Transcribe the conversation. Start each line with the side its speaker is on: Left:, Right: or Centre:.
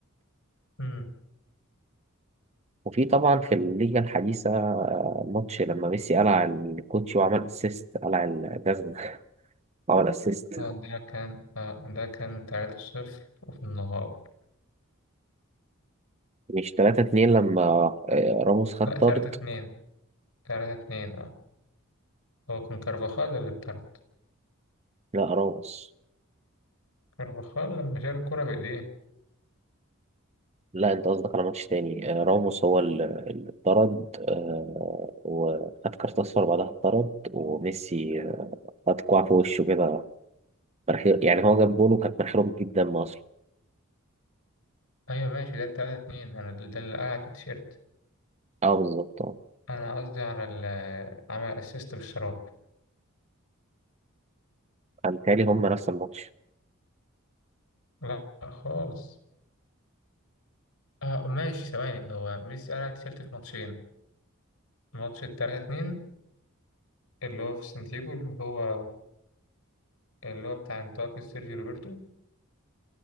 Left: امم
Right: وفي طبعا في الليجا الحديثة آه، ماتش لما ميسي قلع الكوتشي وعمل اسيست قلع الجزمة عمل اسيست
Left: آه، ده كان آه ده كان تلاتة صفر وفي النهار
Right: مش 3 2 لما آه، راموس خد
Left: لا
Right: طرد
Left: تلاتة اتنين تلاتة اتنين اه هو كان كارفاخال اللي اتطرد
Right: لا راموس
Left: كارفاخال لما شال الكرة بإيديه
Right: لا انت قصدك على ماتش تاني آه، راموس هو ال- اللي اتطرد آه، وخد كارت اصفر بعدها اتطرد وميسي آه، خد كوع في وشه كده مناخير يعني هو جاب جون وكانت مناخيره بتجيب دم اصلا
Left: ايوه ماشي ده التلاتة اتنين انا ده اللي قلع في التيشيرت
Right: اه بالظبط اه
Left: انا قصدي على ال عمل اسيست بالشراب
Right: انا متهيألي هم نفس الماتش
Left: لا خالص اه ماشي ثواني هو ميسي قلع التيشيرت في ماتشين ماتش التلاتة اتنين اللي هو في سانتياجو اللي هو اللي هو بتاع انتقال سيرجيو روبرتو